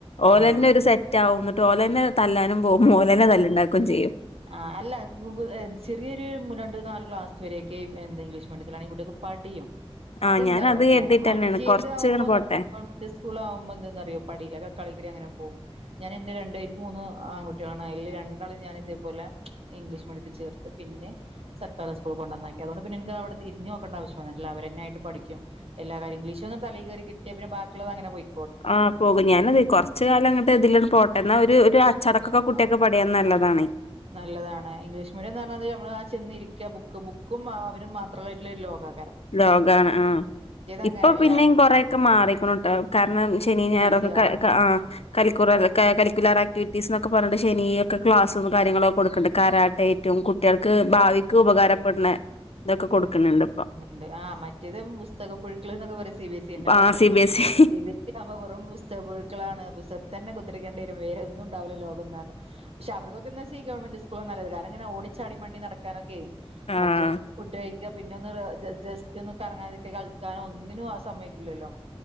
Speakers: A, on the left; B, on the right.
A: ഓലെന്നൊരു
B: ആഹ്
A: സെറ്റാവും ന്നട്ട് ഓലെന്നെ തല്ലാനും പോവും ഓലെന്നെ തല്ല്ണ്ടാക്കേം ചെയ്യും.
B: ആ അല്ല ഗൂഗ്ൽ അ ചെറിയൊരു രണ്ട് നാല് ക്ലാസ് വരെക്കെയും എന്ത ഇംഗ്ലീഷ്മീഡിയത്തിലാണെ കുട്ട്യാക്ക് പഠിയും
A: ആഹ്
B: അതെന്തയാലും
A: ഞാനത്
B: ഓക്കെയാണ്
A: കരുതിട്ടന്നെയാണ്
B: മറ്റേത്
A: കൊറച്ച്
B: ആവുമ്പോ
A: ഇങ്ങനെ പോട്ടെ
B: നമ്മക്ക് ഗവൺമെന്റ് സ്കൂൾലാവുമ്പോ ന്താന്നറ്യോ പടീലാ കളി ഡിഗ്രി അങ്ങനെ പോവും ഞാൻ എന്റെ രണ്ട് ന്ക്ക് മൂന്നും ആൺ കുട്ടികളാണ് അയ്ൽ രണ്ടാള് ഞാന് തേപോലെ ഇംഗ്ലീഷ്മീഡ്യത്തി ചേർത്ത പിന്നെ സർക്കാർ സ്കൂൾ കൊണ്ടന്നാക്കി അതോണ്ട്പിന്നെ ഇന്കങ്ങട്ട് തിര്ഞ്ഞോക്കേണ്ടാവശ്യം വന്ന്ട്ടില്ല തന്നായിട്ട് പഠിക്കും എല്ലാരിഗ്ലീഷും തലേകേറി കിട്ട്യാ പിന്നെ ബാക്കിള്ളതങ്ങനെ പോയി
A: ആ പോകും ഞാനതേ കൊർച് കാലം ങ്ങട്ട് തിലന്ന് പോട്ടെന്നാ ഒരു ഒരു അച്ചടക്കൊക്കെ
B: ആഹ്
A: കുട്ട്യാക്ക് പടിയന്നല്ലേ താണ്
B: നല്ലതാണ് ഇംഗ്ലീഷ് മീഡിയം ന്ന് പറഞ്ഞാ ത് നമ്മളാ ചെന്നിരിക്ക ബുക്ക് ബുക്ക് ക്കും അവരും മാത്രള്ളതായിട്ട്ള്ളൊരു ലോകാ
A: ലോകാണ് ആഹ്
B: അങ്ങനെയല്ല
A: ഇപ്പ പിന്നേം കൊറെക്കെ മാറി ട്ടോ കാരണം ശനി
B: സി
A: ഞായറൊക്കെ
B: ബി എസ് ഇ
A: ക ക ആ കരിക്കുളർ കരിക്കുലർ ആക്ടിവിറ്റീസ് ന്നൊക്കെ പറഞ്ഞിട്ട് ശനി ഒക്കെ ക്ലാസും കാര്യങ്ങളൊക്കെ കൊട്ക്ക്ണ്ട് കരാട്ട യ്റ്റും കു കുട്ട്യാൾക്ക് ഭാവിക്ക് ഉപകാരപ്പെട്ണെ ഇതൊക്കെ കൊടുക്ക്ണ് ണ്ട് പ്പൊ
B: ണ്ട് ആ മറ്റേത് പുസ്തക പുഴുക്കൾ ന്നൊക്കെ പറയും സി ബി എസ് ന്റെ എന്റെ മോൻ
A: ആ C B S
B: C B S E ആവുമ്പോ വെറും പുസ്തക പുഴുക്കളാണ് പുസ്തകത് തന്നെ കുത്തർക്കണ്ടിവരും വേരൊന്നുണ്ടാവൂലലോകംന്നർഞ്ഞു ക്ഷേ അവർക്കെ ന്നേച്ച ഈ ഗവൺമന്റ് സ്കൂൾ കാരണങ്ങനെ ഓട് ഓടിച്ചാടി മണ്ടി നടക്കാനൊക്കെ
A: ആ
B: മറ്റേ ഫുഡ് കഴിക്ക പിന്നൊന്ന് ജ ജസ്റ്റൊന്ന് കറങ്ങാതൊക്കെ കളി ചായ ഒന്നിനു ആ സമയ്ക്കില്ലല്ലോ